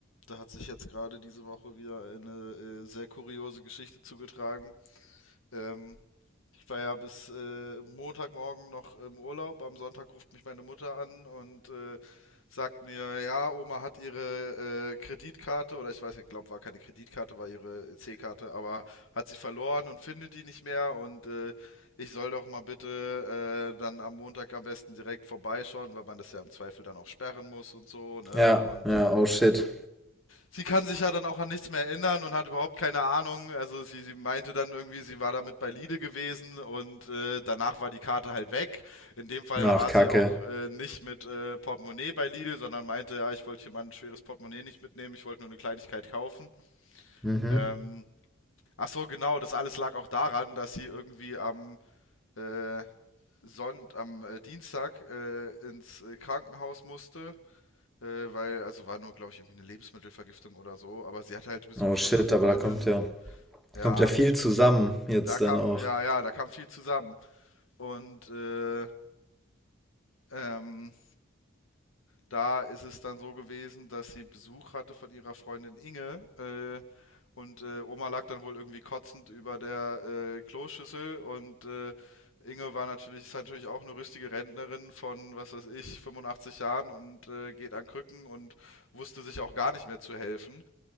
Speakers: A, on the left; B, in the centre.
A: da hat sich jetzt gerade diese Woche wieder eine äh, sehr kuriose Geschichte zugetragen. Ähm, ich war ja bis äh, Montagmorgen noch im Urlaub. Am Sonntag ruft mich meine Mutter an und äh, sagt mir, ja, Oma hat ihre äh, Kreditkarte oder ich weiß, ich glaube, war keine Kreditkarte, war ihre C-Karte, aber hat sie verloren und findet die nicht mehr und äh, ich soll doch mal bitte äh, dann am Montag am besten direkt vorbeischauen, weil man das ja im Zweifel dann auch sperren muss und so, ne?
B: Ja,
A: Und
B: ja,
A: äh,
B: oh shit.
A: Sie kann sich ja dann auch an nichts mehr erinnern und hat überhaupt keine Ahnung. Also sie, sie meinte dann irgendwie, sie war damit bei Lidl gewesen und äh, danach war die Karte halt weg. In dem Fall
B: Ach,
A: war
B: Kacke.
A: sie auch äh, nicht mit äh, Portemonnaie bei Lidl, sondern meinte, ja, ich wollte hier mal ein schweres Portemonnaie nicht mitnehmen, ich wollte nur eine Kleinigkeit kaufen.
B: Mhm.
A: Ähm, ach so, genau, das alles lag auch daran, dass sie irgendwie am äh, Sonnt am äh, Dienstag äh, ins äh, Krankenhaus musste äh, weil, also war nur, glaube ich, irgendwie eine Lebensmittelvergiftung oder so, aber sie hatte halt Besuch
B: Oh shit,
A: von einer Freundin.
B: aber da kommt ja,
A: Ja,
B: kommt ja viel zusammen jetzt
A: da kam,
B: dann auch.
A: ja, ja, da kam viel zusammen. Und äh, ähm, da ist es dann so gewesen, dass sie Besuch hatte von ihrer Freundin Inge. Äh, und äh, Oma lag dann wohl irgendwie kotzend über der äh, Kloschüssel und äh, Inge war natürlich, ist natürlich auch eine rüstige Rentnerin von, was weiß ich, 85 Jahren und äh, geht an Krücken und wusste sich auch gar nicht mehr zu helfen.